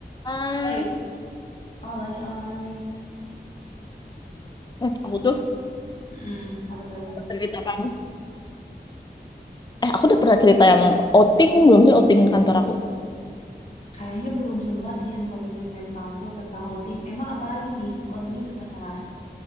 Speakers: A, on the left; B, on the left.
A: Hmm,
B: Oi, oi, oi.
A: hmm, aku
B: Ih,
A: tuh
B: Mm-mm. Apa tuh?
A: cerita kan. Eh, aku udah pernah cerita yang outing belum sih outing kantor aku.
B: Kayaknya belum semua sih yang kamu ceritain ke aku tentang outing. Emang apalagi nih? Outingnya bermasalah.